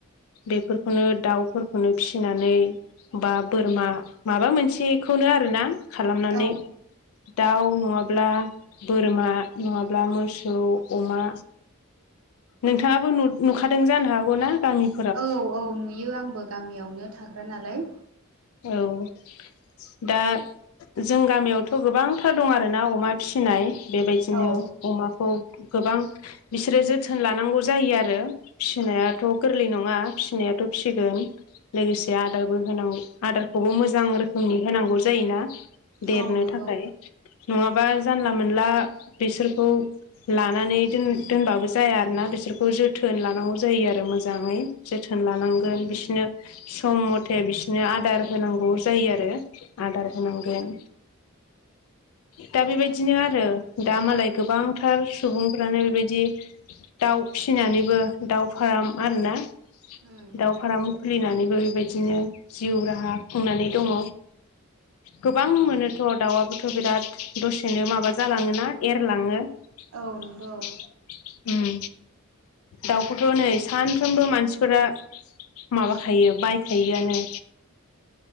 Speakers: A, on the left; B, on the right.
A: बेफोरखौनो दाउफोरखौनो फिसिनानै बा बोरमा माबा मोनसेखौनो आरोना खालामनानै
B: औ
A: दाउ नङाब्ला बोरमा नङाब्ला मोसौ अमा नोंथाङाबो नु नुखादों जानो हागौना गामि
B: औ औ नुयो आंबो गामियावनो थाग्रा नालाय।
A: औ। दा जों गामियावथ' गोबांथार दं आरोना अमा फिसिनाय बेबायदिनो
B: औ
A: अमाखौ गोबां बिसोरो जोथोन लानांगौ जायो आरो फिसिनायाथ' गोरलै नङा फिसिनायाथ' फिसिगोन लोगोसे आदारबो होनां आदारखौबो मोजां रोखोमनि होनांगौ जायोना देरनो
B: औ नंगौ
A: थाखाय नङाबा जानला मोनला बिसोरखौ लानानै दोन दोनबाबो जाया आरोना बिसोरखौ जोथोन लानांगौ जायो आरो मोजाङै। जोथोन लानांगोन बिसनो सम मथे बिसोरनो आ आदार होनांगौ जायो आरो आदार होनांगोन दा बेबायदिनो आरो दा मालाय गोबांथार सुबुंफ्रानो बेबायदि दाउ फिसिनानैबो दाउ फाराम आरोना
B: उम
A: दाउ फाराम खुलिनानैबो बेबायदिनो जिउ राहा खुंनानै दङ। गोबां मोनोथ' दाउआबोथ' बिराद दसेनो माबा जालाङो ना एरलाङो। उम
B: औ नंगौ
A: दाउखौथ' नै सानफ्रोमबो मानसिफोरा माबाखायो बायखायोआनो।